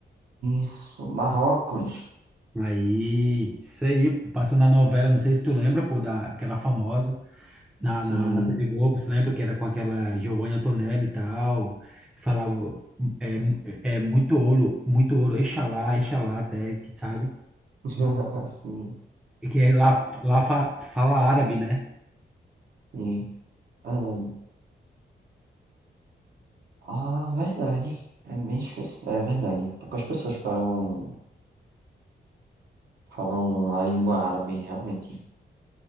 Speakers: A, on the right; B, in the centre.
A: Isso, Marrocos.
B: Aí, isso aí, pô, passou na novela, não sei se tu lembra, pô, da, aquela famosa, na,
A: Sim.
B: na, na TV Globo, você lembra que era com aquela Giovanna Antonelli e tal, falava, é, é muito ouro, muito ouro, Exalá, Exalá até, que sabe,
A: <laughs> Sim.
B: e que é lá, lá fa- fala árabe, né?
A: Sim. Ah, não. Ah, verdade. É bem específico. É verdade. Poucas pessoas falam, falam a língua árabe, realmente.